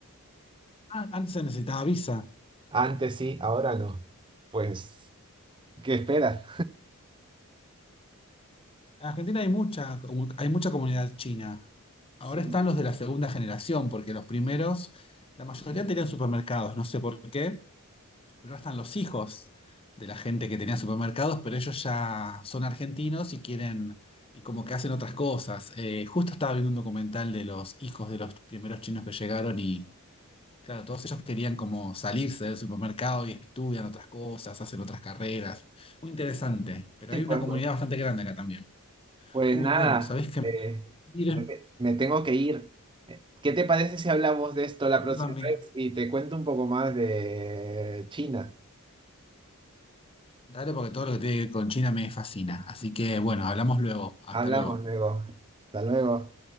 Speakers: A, on the left (about 25°); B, on the right (about 20°).
A: Ah, Antes se necesitaba visa.
B: Antes sí, ahora no. Pues, ¿qué esperas?
A: En Argentina hay mucha, comu- hay mucha comunidad china. Ahora
B: Sí,
A: están los de la segunda generación, porque los primeros, la mayoría tenían supermercados, no sé por qué, pero ahora están los hijos de la gente que tenía supermercados, pero ellos ya son argentinos y quieren, y como que hacen otras cosas. Eh, justo estaba viendo un documental de los hijos de los primeros chinos que llegaron y Claro, todos ellos querían como salirse del supermercado y estudian otras cosas, hacen otras carreras. Muy interesante, pero
B: sí,
A: hay una
B: pues,
A: comunidad bastante grande acá también.
B: Pues
A: Uy,
B: nada,
A: bueno, ¿sabés qué
B: eh,
A: me... Mira,
B: me, me tengo que ir. Eh, ¿Qué te parece si hablamos de esto la próxima
A: yo también.
B: vez y te cuento un poco más de China?
A: Dale, porque todo lo que tiene que ver con China me fascina. Así que bueno, hablamos luego. Hasta
B: Hablamos
A: luego.
B: luego. Hasta luego.